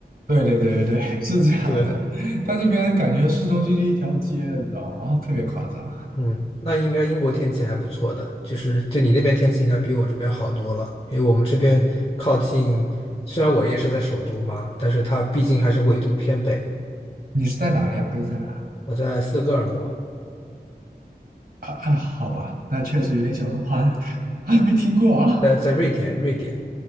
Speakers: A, on the right; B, on the left.
A: 对对对对对，<laughs> 是这样的。
B: 对，
A: 它这边感觉市中心就一条街，你知道吗？啊，特别夸张。
B: 嗯，那应该英国天气还不错的，就是就你那边天气应该比我这边好多了，因为我们这边靠近，虽然我也是在首都嘛，但是它毕竟还是纬度偏北，
A: 你是在哪里啊？贝斯在哪儿
B: 我在斯德哥尔摩，
A: 啊啊，好吧，那确实有点小众，<laughs> 还还没听过啊。
B: 在在瑞典，瑞典